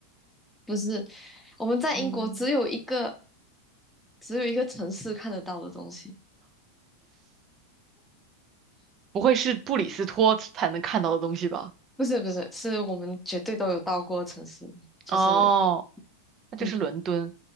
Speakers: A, in the centre; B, on the right.
A: 不是我们在英国只有一个
B: 嗯。
A: 只有一个城市看得到的东西，
B: 不会是布里斯托才能看到的东西吧？
A: 不是不是，是我们绝对都有到过的城市，就是
B: 哦，那就是伦敦，
A: 嗯，